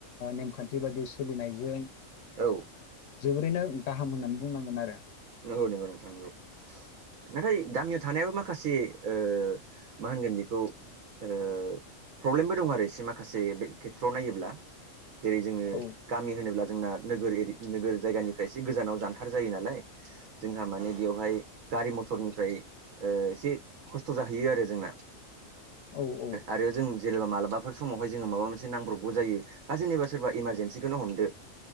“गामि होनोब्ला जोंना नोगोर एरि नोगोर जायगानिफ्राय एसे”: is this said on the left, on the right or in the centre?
Right